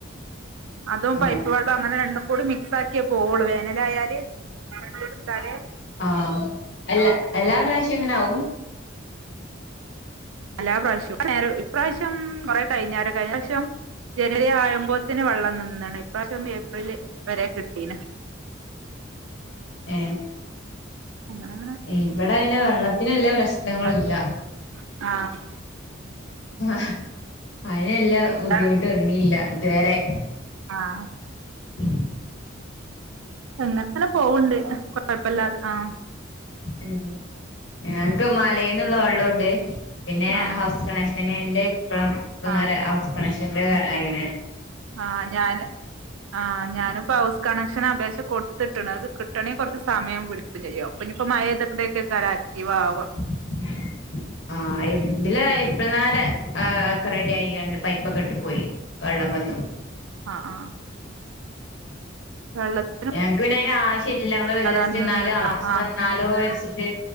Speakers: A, on the right; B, on the left.
A: അതും
B: ഉം
A: പൈപ്പ് വള്ളം അങ്ങനെ രണ്ടും കൂടി മിക്സ് ആക്കി ഒക്ക പോവോള് വേനല ആയാല് <unintelligible> എടുത്താലേ
B: ആഹ്എല്ലാ
A: കൊണ്ടോവാൻ പറ്റും
B: എല്ലാ പ്രാവശ്യം ഇങ്ങനെ ആവും
A: എല്ലാ പ്രാവശ്യം നേ ഇപ്രാവശ്യം കൊറെ കഴിഞ്ഞര കഴിഞ്ഞ പ്രാവശ്യം ജനുവരി ആയുമ്പോത്തിന് വെള്ളം നിന്നാണ് ഇപ്രാവശ്യം ഏപ്രില് വരെ കിട്ടീന
B: ഏ
A: അങ്ങനങ്ങനെ
B: ഇവിടെ പിന്നെ വെള്ളത്തി ന് വല്ല പ്രശ്നങ്ങളല്ല
A: അങ്ങനെ ആഹ്
B: ആ അതിനെല്ലാം ബുദ്ധിമുട്ട്‌വന്നില്ല
A: അതാണ്
B: ഇതുവരെ
A: ആഹ്
B: ഉ
A: എങ്ങനെ അങ്ങനെ പോവണ്ട് കൊഴപ്പില്ലാതെ ആഹ്
B: ഉ ഞങ്ങക്ക് മലെന്ന് നിന്നുള്ള വെള്ളണ്ട് പിന്നെ
A: ആഹ്
B: ഹൗസ് കണക്ഷൻ പിന്നെ എന്റെ ഇപ്പം
A: ആഹ്
B: ഹൗസ് കണക്ഷന്റെആയിന
A: ആഹ് ഞാന് ആഹ് ഞാനിപ്പോ ഹൗസ് കണക്ഷൻ അപേക്ഷ കൊടുത്തിട്ടണ് അത് കിട്ടണെങ്കിൽ കുറച്ച് സമയം പിടിക്കും ഞ്ഞ ഇപ്പോ മഴേതിക്കൊക്കെ ആക്റ്റീവാവുക
B: <inaudible> ആ ഇതില് ഇപ്പോള നേര ഒക്കെ റെഡി ആയിണ്ട് പൈപ്പൊക്കെ ഇട്ട് പോയി വെള്ളം വന്നു
A: ആഹ ആ വെള്ളത്തി
B: ഞങ്ങക്ക് പിന്നെ അയിന് ആശ്യ ഇല്ല ങ്ങ ജസ്റ്റ്
A: അങ്ങനെ
B: എന്നാലും
A: നിന്നിട്ടോ
B: ആവശ്യ
A: ആഹ്
B: വന്നാലോ വരിച്ചിട്ട്